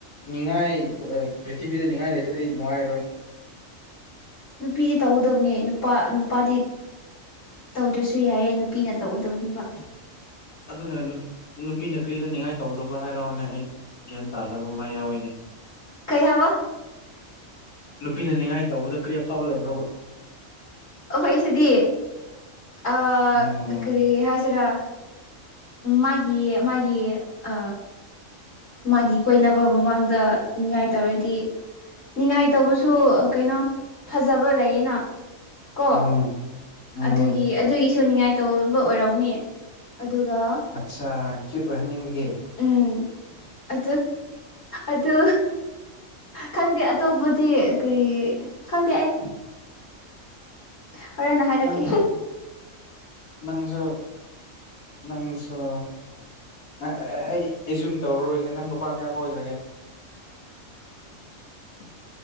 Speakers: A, on the left; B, on the left.
A: ꯅꯤꯡꯉꯥꯏ ꯄ꯭ꯊꯤꯕꯤꯗ ꯅꯤꯡꯉꯥꯏ ꯂꯩꯇꯇꯩꯗꯤ ꯅꯨꯡꯉꯥꯏ
B: ꯅꯨꯄꯤꯗꯤ ꯇꯧꯒꯗꯕꯅꯦ ꯅꯨꯄꯥ ꯅꯨꯄꯥꯗꯤ ꯇꯧꯗ꯭ꯔꯁꯨ ꯌꯥꯏꯑꯦ ꯅꯨꯄꯤꯅ ꯇꯧꯎꯗꯧꯅꯦꯕ
A: ꯑꯗꯨꯅ ꯅꯨꯄꯤꯅ ꯀꯔꯤꯗ ꯅꯤꯡꯉꯥꯏ ꯇꯧꯒꯗꯕ꯭ꯔꯥ ꯍꯥꯏꯔꯛꯑꯣꯅꯦ ꯑꯩ ꯒ꯭ꯌꯥꯟ ꯇꯥꯗꯕ ꯑꯃ ꯌꯥꯎꯋꯤꯅꯦ
B: ꯀꯩ ꯍꯥꯏꯕ
A: ꯅꯨꯄꯤꯅ ꯅꯤꯡꯉꯥꯏ ꯇꯧꯕꯗ ꯀꯔꯤꯐꯕ ꯂꯩꯕ꯭ꯔꯣꯕ
B: ꯐꯩꯁꯤꯗꯤ ꯑ
A: ꯎꯝ
B: ꯀꯔꯤ ꯍꯥꯏꯁꯤꯔꯥ ꯃꯥꯒꯤ ꯃꯥꯒꯤ ꯑ ꯃꯥꯒꯤ ꯀꯣꯏꯅꯕ ꯃꯃꯥꯡꯗ ꯅꯤꯡꯉꯥꯏꯇꯧꯔꯗꯤ ꯉꯥꯏꯇꯧꯕꯁꯨ ꯀꯩꯅꯣ ꯐꯖꯕ ꯂꯩꯌꯦꯅ ꯀꯣ
A: ꯎꯝ ꯎꯝ
B: ꯑꯗꯨꯒꯤ ꯑꯗꯨꯒꯤꯁꯨ ꯅꯤꯡꯉꯥꯏꯇꯧꯕ ꯑꯣꯏꯔꯛꯅꯦ ꯑꯗꯨꯒ
A: ꯑꯠꯆꯥ ꯀ꯭ꯌꯨꯠ ꯑꯣꯏꯍꯟꯅꯤꯡꯕꯒꯤ
B: ꯎꯝ ꯑ ꯑꯗ ꯈꯪꯗꯦ ꯑꯇꯣꯞꯄꯗꯤ ꯀꯔꯤ ꯈꯪꯗꯦ ꯑꯩ ꯍꯣꯔꯦꯟꯅ ꯍꯥꯏꯔꯛꯀꯦ
A: ꯅꯪ ꯅꯪꯁꯨ ꯅꯪꯁꯨꯣ ꯑꯩ ꯑꯦꯖꯨꯝ ꯇꯧꯔꯔꯣꯏꯒꯦ ꯅꯪ ꯅꯨꯄꯥ ꯀꯌꯥ ꯀꯣꯏꯈ꯭ꯔꯒꯦ <inaudible>